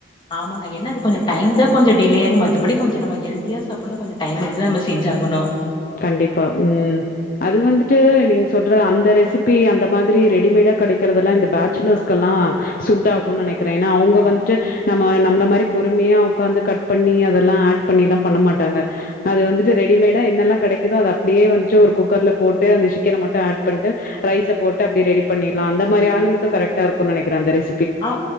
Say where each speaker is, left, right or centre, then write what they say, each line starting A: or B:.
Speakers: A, on the left; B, on the left.
A: ஆமாங்க என்ன அது கொஞ்ச டைம் தான் கொஞ்சம் டிலேயாகும் மத்தபடி கொஞ்சம் நம்ம ஹெல்தியா சாப்பிடனு கொஞ்சம் டைம் எடுத்துதா நம்ம ஞ்சாகணும்
B: கண்டிப்பா உம் அது வந்துட்டு நீங்க சொல்ற அந்த ரெசிப் ப்பி அந்த மாதிரி ரெடிமேடா கிடைக்கறதெல்லாம் இந்த பேச்சலர்ஸ்க் கெல்லாம் சூட் ஆகும்னு நினைக்கிறேன் ஏன்னா அவங்க வந்துட்டு நம்ம நம்மள மாதிரி பொறுமையா உடக்காந்து கட் பண்ணி அதெல்லாம் ஆட் பண்ணி எல்லாம் பண்ண மாட்டாங்க அது வந்துட்டு ரெடிமேடா என்னெல்லாம் கிடைக்குதோ அது அப்படியே வந்து ஒரு குக்கர்ல போட்டு அந்த சிக்கனை மட்டும் ஆட் பண்ட்டு ரைஸ போட்டு அப்படி ரெடி பண்ணில்லாம் அந்த மாரி ஆலுங்லுக்கு கரெக்ட்டா இருக்கு நெனைக்ர அந்த ரெசிப்
A: ஆ